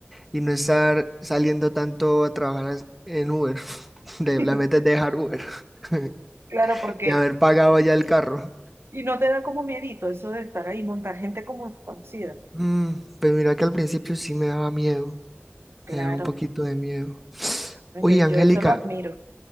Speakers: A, in the centre; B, on the right (about 80°).
A: y no estar saliendo tanto a trabajar as- en Uber. <laughs> De,
B: <laughs>
A: la meta es dejar Uber <laughs>
B: Claro, porque.
A: y haber pagado ya el carro.
B: Y no te da como miedito eso de estar ahí, montar gente como desconocida.
A: Mm, pues mira que al principio sí me daba miedo,
B: Claro,
A: me daba un poquito de miedo. <sniffs>
B: no,
A: Oye,
B: yo,
A: Angélica,
B: yo eso lo admiro.